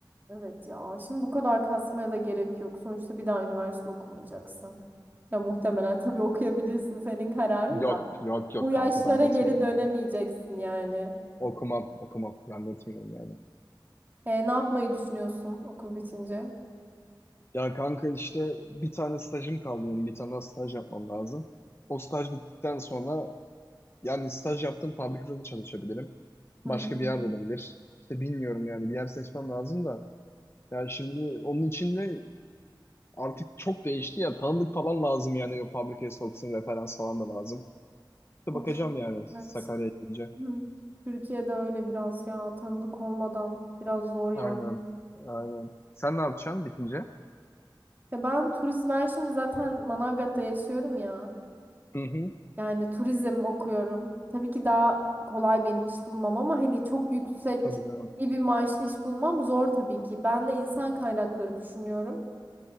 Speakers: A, on the right (about 25°); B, on the left (about 30°).
A: Evet ya. Şimdi bu kadar kasmaya da gerek yok. Sonuçta bir daha üniversite okumayacaksın. Ya muhtemelen tabii okuyabilirsin senin kararın
B: Yok
A: da.
B: yok yok
A: Bu yaşlara
B: kanka zannetmiyorum
A: geri dönemeyeceksin
B: yani.
A: yani.
B: Okumam okumam zannetmiyorum yani.
A: E, ne yapmayı düşünüyorsun okul bitince?
B: Ya kanka işte bir tane stajım kaldı benim. Bir tane daha staj yapmam lazım. O staj bittikten sonra Yani staj yaptığım fabrikada da çalışabilirim.
A: Hı
B: Başka
A: hı.
B: bir yerde olabilir. İşte bilmiyorum yani bir yer seçmem lazım da. Yani şimdi onun için de artık çok değişti ya. Tanıdık falan lazım yani o fabrikaya soksun referans falan da lazım. İşte
A: Of,
B: bakacağım yani Sakarya'ya
A: evet.
B: gelince.
A: Hı. Türkiye'de öyle biraz ya tanıdık olmadan biraz zor yani.
B: Aynen. Aynen. Sen ne yapacaksın bitince?
A: Ya ben turizm ben şimdi zaten Manavgat'ta yaşıyorum ya.
B: Hı hı.
A: Yani turizm okuyorum. Tabii ki daha kolay benim iş bulmam ama hani çok yüksek
B: Tabii canım.
A: iyi bir maaşlı iş bulmam zor tabii ki. Ben de insan kaynakları düşünüyorum.